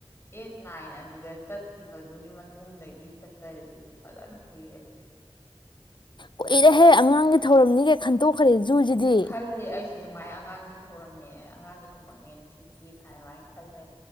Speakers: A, on the left; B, on the left.
A: ꯑꯦꯠ ꯅꯥꯏꯟ ꯑꯗꯨꯗ ꯆꯠꯈꯤꯕ ꯑꯗꯨꯒꯤ ꯃꯇꯨꯡꯗꯒꯤ ꯆꯠꯇꯔꯦ ꯑꯗꯨꯗꯤ ꯐꯖꯅ ꯀꯨꯏꯔꯦ
B: ꯀꯨꯏꯔꯦꯍꯦ ꯑꯉꯥꯡꯒꯤ ꯊꯧꯔꯝꯅꯤꯒꯦ ꯈꯟꯇꯣꯛꯈ꯭ꯔꯦ ꯖꯨꯖꯤꯗꯤ
A: ꯈꯜꯂꯦ ꯑꯩꯁꯨ ꯑꯗꯨꯃꯥꯏ ꯑꯉꯥꯡꯒꯤ ꯊꯧꯔꯝꯅꯦ ꯑꯉꯥꯡꯒꯤ ꯊꯕꯛꯅꯦ ꯁꯤꯗꯤ ꯑꯗꯨꯃꯥꯏꯅ ꯈꯜꯂꯦ